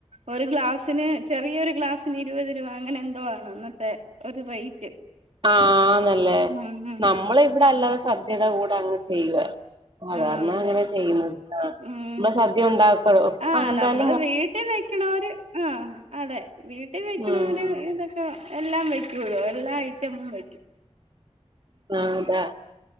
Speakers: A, on the right; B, on the right.
A: ഒരു ഗ്ലാസിന് ചെറിയരു ഗ്ലാസ് തിരി ഇരുപത് രൂപ അങ്ങനെ എന്തോ ആണ് അന്നത്തെ ഒരു റേറ്റ്
B: ആന്നല്ലേ
A: ഉം ഉം
B: നമ്മള ഇവിടെ അല്ലാതെ സദ്യയുടെ കൂടെ അങ്ങ് ചെയ്യുവ സാധാരണ
A: ആഹ് അതെ
B: അങ്ങനെ ചെയ്യുന്നത് അഹ് നമ്മള്
A: ഉം
B: സദ്യ ഉണ്ടാക്ക
A: ആഹ്
B: എന്താല
A: നമ്മള് വീട്ടിൽ വെക്കണര് ആഹ് അതെ വീട്ടിൽ വെക്കണര്
B: ഉം
A: ഇത് എല്ലാം വയ്ക്കോലോ എല്ലാ ഐറ്റമും വയ്ക്കൂ
B: ആതാ